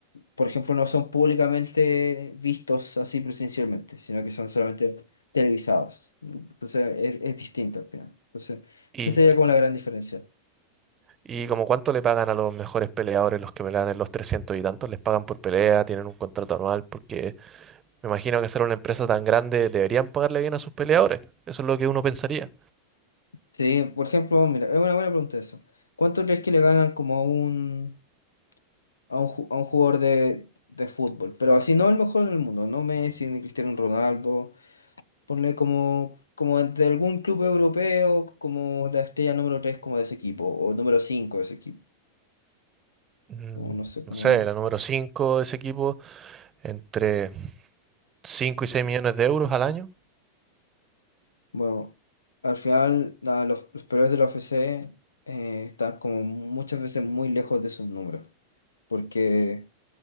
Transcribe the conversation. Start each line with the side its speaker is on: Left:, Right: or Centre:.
Left: por ejemplo, no son públicamente vistos así presencialmente, sino que son solamente televisados. Entonces es, es distinto al final. Entonces,
Right: Y,
Left: esa sería como la gran diferencia.
Right: ¿Y como cuánto le pagan a los mejores peleadores, los que pelean en los 300 y tantos? ¿Les pagan por pelea? ¿Tienen un contrato anual? Porque me imagino que ser una empresa tan grande deberían pagarle bien a sus peleadores. Eso es lo que uno pensaría.
Left: Sí, por ejemplo, mira, es una buena pregunta eso. ¿Cuánto crees que le ganan como a un, a un, ju- a un jugador de, de fútbol? Pero así no el mejor del mundo, no Messi, ni Cristiano Ronaldo Ponle como, como de algún club europeo, como la estrella número 3 como de ese equipo, o número 5 de ese equipo.
Right: Mm,
Left: o no sé,
Right: no
Left: como...
Right: sé, la número 5 de ese equipo, entre 5 y 6 millones de euros al año,
Left: Bueno, al final la- los, los peores de la UFC eh, están como muchas veces muy lejos de sus números, porque